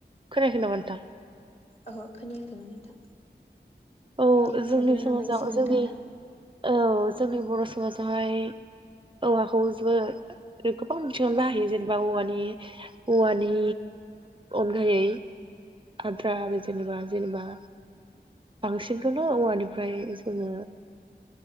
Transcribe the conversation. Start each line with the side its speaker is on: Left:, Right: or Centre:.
Right: खोनायाखै नामा नोंथां?
Left: ओहो खोनायाखैमोन नोंथां
Right: औ
Left: नेट
Right: जोंनि
Left: प्रब्लेम
Right: समाजाव
Left: नामा एसे नोंथांना?
Right: जोंनि औ जोंनि बर' समाजावहाय औवाखौ जों गोबां बिथिंयावनो बाहायो जेनेबा औवानि औवानि अनगायै आद्रा आरो जेनेबा जेनेबा बांसिनखौनो औवानिफ्राय जोङो